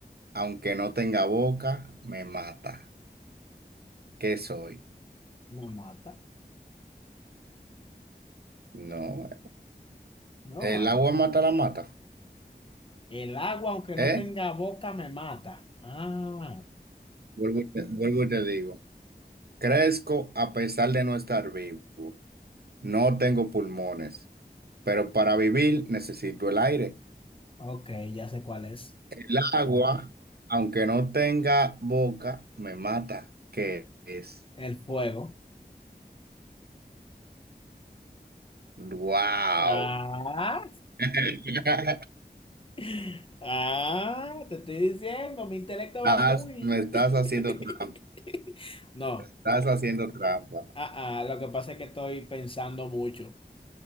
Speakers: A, on the right; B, on the left.
A: aunque no tenga boca, me mata. ¿Qué soy?
B: no mata,
A: No,
B: no
A: el
B: algo.
A: agua mata la mata.
B: El agua, aunque
A: ¿Eh?
B: no tenga boca, me mata. Ah,
A: Vuelvo y te, vuelvo y te digo. Crezco a pesar de no estar vivo. No tengo pulmones, pero para vivir necesito el aire.
B: ok, ya sé cuál es.
A: El agua, aunque no tenga boca, me mata. ¿Qué es?
B: El fuego.
A: ¡Wow!
B: Ah,
A: <laughs>
B: <laughs> ah, te estoy diciendo, mi intelecto
A: Estás-
B: va muy.
A: me estás
B: <laughs>
A: haciendo trampa,
B: No,
A: estás haciendo trampa.
B: ah, ah, lo que pasa es que estoy pensando mucho.